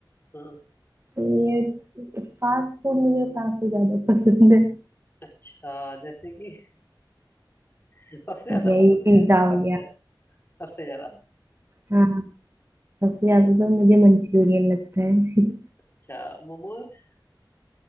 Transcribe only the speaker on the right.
ये फास्ट फूड मुझे काफी ज्यादा <laughs> पसंद है
यही
पिज्जा
हो गया
हाँ सबसे ज्यादा तो मुझे मंचूरियन लगता है <laughs>